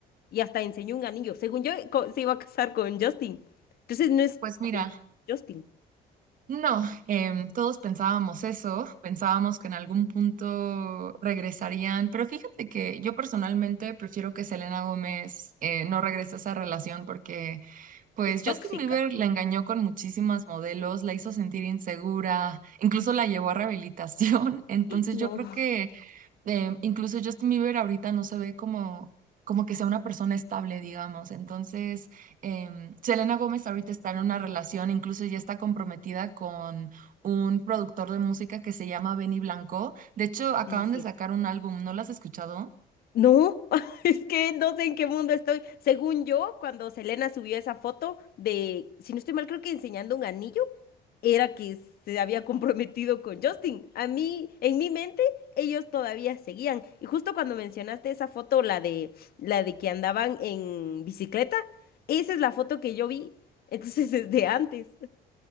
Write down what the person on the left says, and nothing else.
y hasta enseñó un anillo. Según yo, co- se iba a casar con Justin. Entonces no es
con
Justin,
es tóxica.
No,
sí, sí,
sí.
No, <laughs> es que no sé en qué mundo estoy. Según yo, cuando Selena subió esa foto de, si no estoy mal, creo que enseñando un anillo, era que se había comprometido con Justin. A mí, en mi mente, ellos todavía seguían. Y justo cuando mencionaste esa foto, la de, la de que andaban en bicicleta, esa es la foto que yo vi. Entonces es de antes,